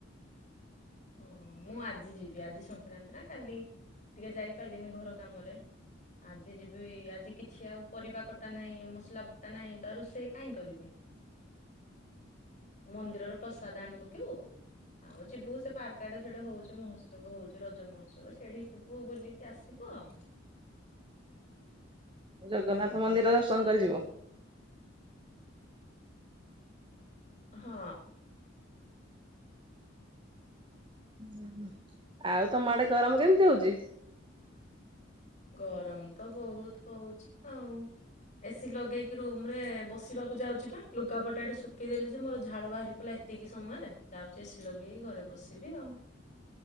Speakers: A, on the left; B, on the right.
A: ଓ ମୁଁ ଆଜି ଯିବି ଆଜି ସଂକ୍ରାନ୍ତିନା କାଲି ଟିକେ ଯାଇପାରିଲିନି ଘର କାମରେ ଆଜି ଯିବି ଆଜି କିଛି ଆଉ ପରିବା କଟା ନାହିଁ ମସଲା ବଟା ନାହିଁ ତରୋଷେଇ କାଇଁ କରିବି ମନ୍ଦିରରୁ ପ୍ରସାଦ ଆଣିପକେଇବୁ ଆଉ ଯିବୁ ସେ ପାର୍କଆଡ଼େ ସେଇଟେ ହଉଚି ମହୋତ୍ସବ ହଉଚି ରଜ ମହୋତ୍ସବ ସେଇଠି ଯିବୁ ବୁଲିକି ଆସିବୁ ଆଉ।
B: ଜଗନ୍ନାଥ ମନ୍ଦିର ଦର୍ଶନ କରିିଯିବ?
A: ହଁ।
B: ହୁଁ ହୁଁ ଆଉ ତମ ଆଡ଼େ ଗରମ କେମିତି ହଉଚି?
A: ଗରମତ ବହୁତ୍ ହୁଉଚି ଆଉ। ଏସିି ଲଗେଇକି ରୁମରେ ବସିବାକୁ ଯାଉଚିପା ଲୁଗାପଟା ଏଟି ଶୁକେଇଦେଲିଯେ ମୋର ଝାଳ ବାହାରି ପଇଲା ଏ ଏତିକି ସମୟରେ ଯାଉଚି ଏସି ଲଗେଇକି ଘରେ ବସିବି ଆଉ।